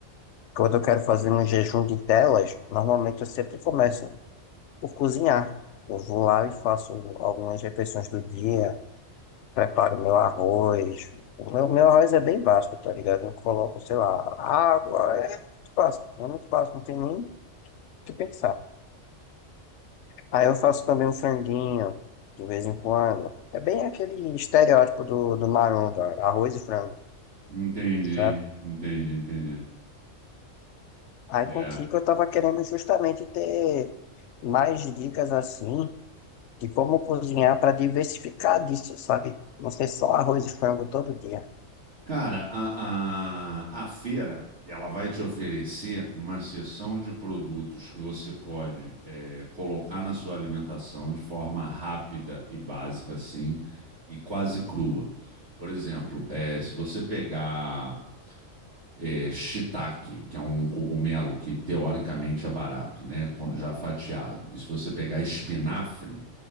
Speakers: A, on the left; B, on the right.
A: quando eu quero fazer um jejum de telas, normalmente eu sempre começo por cozinhar. Eu vou lá e faço algumas refeições do dia, preparo meu arroz. O meu, meu arroz é bem básico, tá ligado? Eu coloco, sei lá, água, é muito básico, é muito básico, não tem nem o que pensar. Aí eu faço também um franguinho, de vez em quando. É bem aquele estereótipo do, do maromba, arroz e frango,
B: Entendi,
A: sabe?
B: entendi, entendi.
A: Aí
B: É.
A: contigo eu tava querendo justamente ter mais dicas assim de como cozinhar para diversificar disso, sabe? Não ser só arroz e frango todo dia.
B: Cara, a, a, a feira, ela vai te oferecer uma seção de produtos que você pode é, colocar na sua alimentação de forma rápida e básica, assim, e quase crua. Por exemplo, é, se você pegar é, shiitake, que é um cogumelo que teoricamente é barato, né? com- Já fatiado. E se você pegar espinafre,